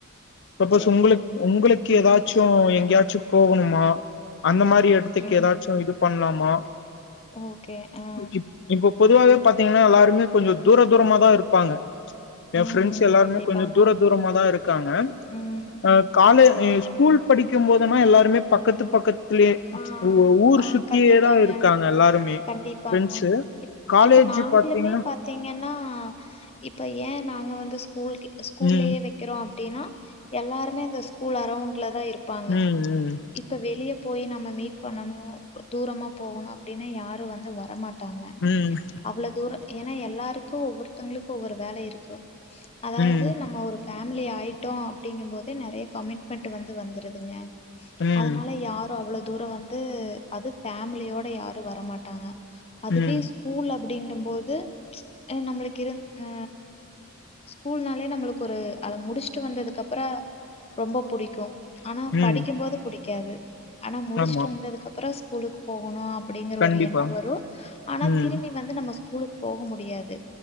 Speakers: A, on the left; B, on the left.
A: சப்போஸ்
B: சரி
A: ஒங்களுக் ஒங்களுக்கு எதாச்சு
B: ம்
A: எங்கேயாச்சு போகணுமா அந்த மாரி எடு த்துக்கு
B: ம்
A: எதாச்சு இது பண்லாமா
B: ஓகே ஆ
A: இப் இப்ப பொதுவாவே பாத்தீங்கன்னா எல்லாருமே கொஞ்ச தூர தூரமா தா இருப்பாங்க ஏ
B: ம்
A: ஃப்ரெண்ட்ஸ் எல்லாருமே
B: கண்டிப்பாங்க.
A: கொஞ்ச தூர தூரமா தா இருக்காங்க
B: ம்.
A: அ காலே
B: சரிங்க.
A: ஸ்கூல் படிக்கும் போதுமா எல்லா எல்லாருமே பக்கத்து பக்கத்துலயே
B: ஆ
A: ஊ ஊர்
B: ஆ
A: சுத்தியேதா
B: கண்டிப்பாங்க,
A: இருக்கு இருக்காங்க எல்லாருமே
B: கண்டிப்பாங்க.
A: ஃப்ரெண்ட்ஸ்சு
B: இப்
A: காலேஜ்
B: இப்ப நாங்களுமே
A: பாத்தீங்கன்னா
B: பாத்தீங்கன்னா இப்ப ஏ நாங்க வந்து ஸ்கூல் கிட் ஸ்கூல்லயே
A: ம்
B: வக்கிறோ அப்டின்னா எல்லாருமே இந்த ஸ்கூல் அரவுண்ட்ல தா இருப்பாங்க
A: ம்
B: இப்ப வெளிய போய் நம்ம மீட் பண்ணணும் தூரமா போகணும் அப்டின்னு யாரும் வந்து வரமாட் டாங்க
A: ம் ம்
B: அவ்ளோ தூரம் ஏன்னா எல்லாருக்கும் ஒவ்வொருத்தவங்களுக்கும் ஒவ்வொரு வேல இருக்கு அதாவது
A: ம்
B: நம்ம ஒரு ஃபேமிலி ஆயிட்டோ அப்டிங்கும் போதே நெறைய கமிட்மெண்ட் வந்து வந்துருதுங்க
A: ம்
B: அதனால யார் ரு அவ்ளோ தூரம் வந்து அது ஃபேமிலியோட யாரு வர மாட்டாங்க அதுவே
A: ம்
B: ஸ் கூல் அப்டின்னும் போது நம்மளுக்கு எ இருந் அ ஸ்கூல்னாலே நம்மளுக்கு ஒரு அத முடிச்சிட்டு வந்ததுக்கு அப்புறம் ரொம்ப புடிக்கும் ஆனா
A: ம்
B: படிக்கும் போது புடிக்காது ஆனா முடிச்சிட்டு
A: ஆமா
B: வந்ததுக்கு அப்புறம் ஸ்கூலுக்கு போகணும் அப்டிங்கிற
A: கண்டிப்பா
B: ஒரு எண்ணொ வரும் ஆனா
A: ம்
B: திரும்பி வந்து நம்ம ஸ்கூலுக்கு போக முடியாது